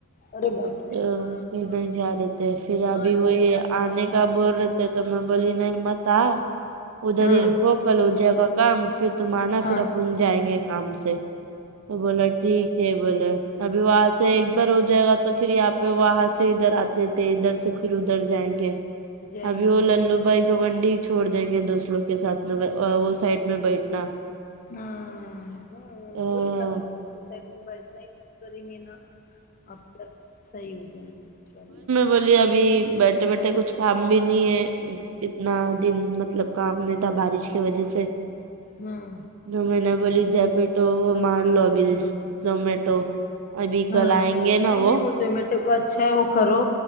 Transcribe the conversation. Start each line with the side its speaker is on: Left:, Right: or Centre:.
Left: اررے باپ رے
Right: تو
Left: ہاں
Right: پھر
Left: ہاں
Right: نہیں جا رہےتھے پھر ابھی
Left: ہاں
Right: وہ
Left: چڑ
Right: یہ
Left: جاتے
Right: آنے کا بول رہے تھےتو میں بولی نہیں مت اؤ ادھر
Left: ہاں
Right: ہی رکو کل ہو جاۓ گا کام پھر تم آنا
Left: ہاں
Right: پھر اپن جائیں گے کام سے تو بولا ٹھیک ہے بولے ابھی وہاں سے ایک بار ہو جائے گا تو پھر یہاں پے وہاں سے ادھر آتے تھے ادھر سے پھر ادھر جائیں گے
Left: جائیں
Right: ابھی وہ
Left: گے
Right: للو
Left: سر
Right: بھائی گھمنڈی چھوڑ دیں گے دوسرو کے ساتھ میں وہ ا سائڈ میں بیٹھنا
Left: ہاں
Right: ہ
Left: وہی کر کیسا بھی بیٹھنےکا کریں گے نا اب تک صحیح ہو جائیں گے ان شاء اللہ
Right: بولیے ابھی بیٹھے بیٹھے کچھ کام بھی نہیں ہے اتنا دن مطلب کام نہیں تھا بارش کی وجہ سے
Left: ہاں
Right: تو میں نے بولی جپیٹو مار لو ابھی زومیٹو ابھی کل
Left: ہاں
Right: آئیں گے نا
Left: نہیں نہیں
Right: وہ
Left: زومیٹو کا اچھا ہے وہ کرو